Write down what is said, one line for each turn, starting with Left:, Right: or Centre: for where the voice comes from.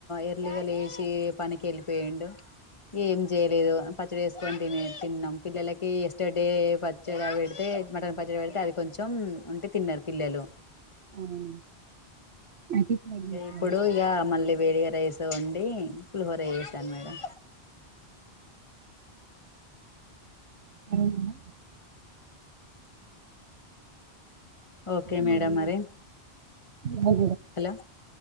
Left: ఎర్లీగా లేచి పనికి వెళ్ళిపోయిండు. ఏం చేయలేదు అమ్ పత్ పచ్చడి వేసుకొని తిన్నాం పిల్లలకి ఎస్టర్ డే పచ్చడి పెడితే మటన్ పచ్చడి పెడితే అది కొంచెం ఉంటే తిన్నారు పిల్లలు.
Right: అవునా అది ట్రై చేసినారా
Left: ద ఇప్పుడు య మళ్ళీ ప్ వేడిగ రైస్ వండి పులిహోర చేసాను మేడం.
Right: అయినా
Left: ఓకే మేడమ్
Right: మేడం
Left: మరి
Right: madam
Left: hello